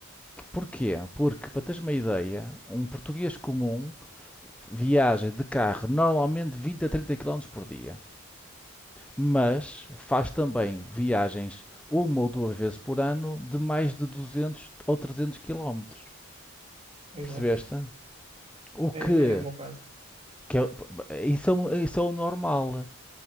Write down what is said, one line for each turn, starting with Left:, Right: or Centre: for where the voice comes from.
Centre: Porquê? Porque, para teres uma ideia, um português comum viaja de carro normalmente 20 a 30 quilómetros por dia, mas faz também viagens uma ou duas vezes por ano de mais de 200 ou 300 quilómetros.
Right: exato.
Centre: Percebeste? O
Right: É,
Centre: que,
Right: é, é o meu caso.
Centre: que é, isso, é, o- isso é o normal.